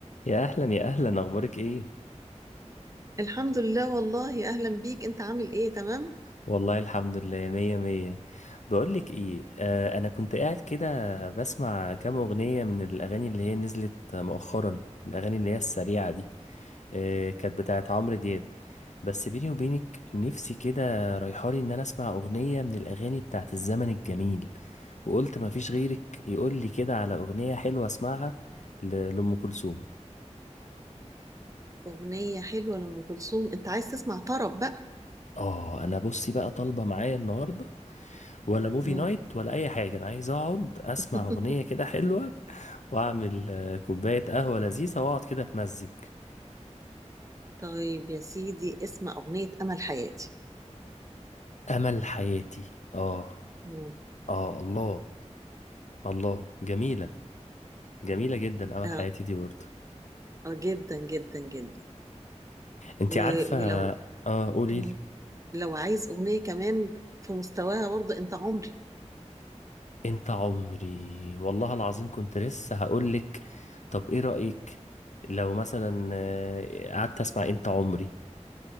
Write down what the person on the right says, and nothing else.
الحمد لله والله اهلا بيك انت عامل ايه تمام
اغنيه حلوه لام كلثوم انت عايز تسمع طرب بقى
مم.
<laughs>
طيب يا سيدي اسمع اغنيه امل حياتي
مم.
اه
اه جدا جدا جدا
و...
ولو
مم.
لو عايز اغنيه كمان في مستواها برضه انت عمري